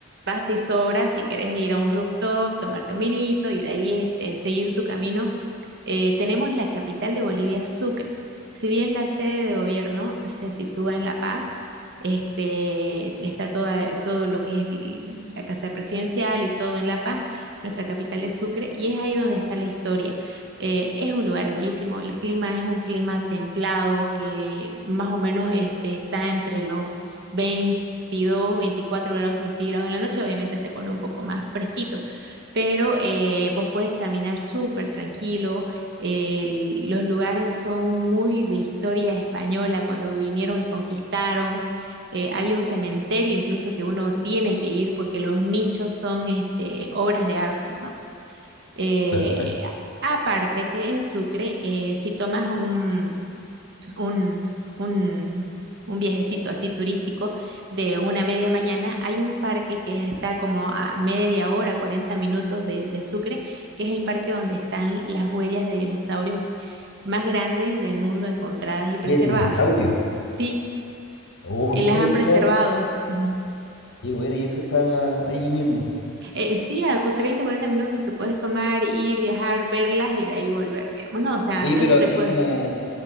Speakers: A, on the right (about 60°); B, on the left (about 60°).
A: basta y sobra si quieres ir a un rooftop, tomarte un vinito y de ahí este, seguir tu camino eh, tenemos la capital de Bolivia, Sucre. Si bien la sede de gobierno se sitúa en La Paz, este, está toda, todo lo que es el- la casa presidencial y todo en La Paz, nuestra capital es Sucre y es ahí donde está la historia. Eh, es un lugar bellísimo, el clima es un clima templado que más o menos este, está entre los 22 24 grados centígrados. En la noche obviamente se pone un poco más fresquito pero eh, vos puedes caminar súper tranquilo, el- los lugares son muy de historia española cuando vinieron y conquistaron. Eh, hay un cementerio incluso que uno tiene que ir porque los nichos son este, obras de arte, ¿no? Eh,
B: Perfecto.
A: aparte que en Sucre, eh, si tomas un, un, un, un viajecito así turístico de una media mañana, hay un parque que está como a media hora, 40 minutos de, de Sucre, que es el parque donde están las huellas de dinosaurios más grandes del mundo encontradas y preservadas.
B: ¿Qué dinosaurio?
A: Sí,
B: Oh,
A: y
B: nunca
A: las
B: había
A: han
B: escuchado.
A: preservado. Ujú.
B: Y bueno, y eso está allí mismo.
A: Eh, sí, a cu- 30, 40 minutos que puedes tomar, ir, viajar, verlas y de ahí volver, digamos. No, o sea,
B: Oye,
A: eso
B: pero así
A: te puede,
B: como,